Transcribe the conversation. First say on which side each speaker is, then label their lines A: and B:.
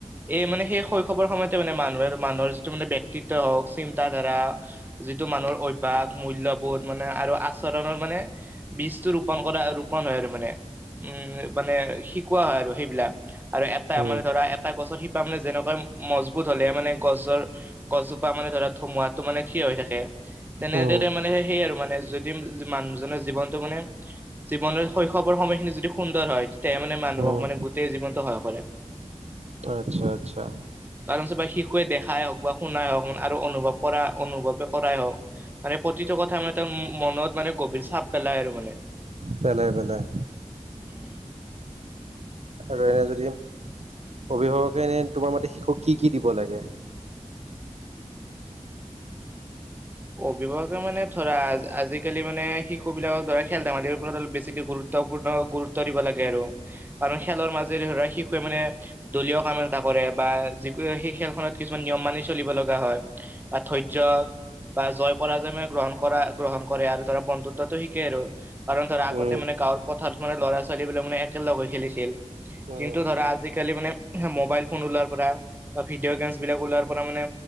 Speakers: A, on the right; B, on the right.
A: এই মানে সেই শৈশৱৰ সময়তে মানে মানুহে মানুহৰ যিটো মানে বিক্যক্তিত হওক চিন্তা ধাৰা যিটো মানুহৰ অভ্যাস মূল্যবোধ মানে আৰু আচৰণৰ মানে বীজটো ৰোপণ কৰা আৰু মানে উম মানে শিকোৱা হয় আৰু সেইবিলাক। আৰু এটা
B: উম
A: মানে ধৰা এটা গছৰ শি মানে যেনেকা মজবুত হলেহে মানে গছৰ গছজোপা মানে ধৰা ধুমুহাতটো মানে থিয় হৈ থাকে তেনেদৰে
B: উম
A: মানে সেইয আৰু মানে যদি মানুহজনৰ জীৱনটো মানে জীৱনৰ শৈশৱৰ সময়খিনি যদি সুন্দৰ হয় তেতিয়াহে মানে মানুহক
B: উম
A: মানে গোটেই জীৱনতটো সহায় কৰে
B: আচ্ছা আচ্ছা
A: কাৰণ চ বা শিশুৱে দেখাই হওক বা শুনাই হওক আৰু অনুভৱ কৰা অনুভৱে কৰাই হওক মানে প্ৰতিটো কথা মানে তাৰ মনত মানে গভীৰ চাপ পেলাই আৰু মানে
B: পেলাই পেলাই
A: উম
B: আৰু এনে যদি অভিভাৱকে এনে তোমাৰ মতে শিশুক কি কি দিব লাগে
A: অভিভাৱকে মানে ধৰা আজিকালি মানে শিু বিলাকক ধৰা খেল ধেমালিৰ ওপৰত অলপ বেছিকে গুৰুত্ব গুৰুত্বপূৰ্ণ গুৰুত্ব দিব লাগে আৰু কাৰণ খেলৰ মাজেৰে ধৰা শিশুৱে মানে দলীয় কাম এটা কৰে কৰে বা যি সেই খেলখনত কিছুমান নিয়ম মানি চলিব লগা হয় বা ধৈৰ্য বা জয় পৰাজয় গ্ৰহণ কৰা গ্ৰহণ কৰে আৰু ধৰা বন্ধুত্বটো শিকে আৰু কাৰণ ধৰা আগতে
B: উম
A: মানে গাঁৱৰ পথাৰত মানে ল'ৰা ছোৱালীবিলাক মানে একেলগ হৈ খেলিছিল
B: উম
A: কিন্তু ধৰা আজিকালি মানে ম'বাইল ফোন ওলাৰ পৰা বা ভিডিঅ' গেমছ বিলাক ওলাৰ পৰা মানে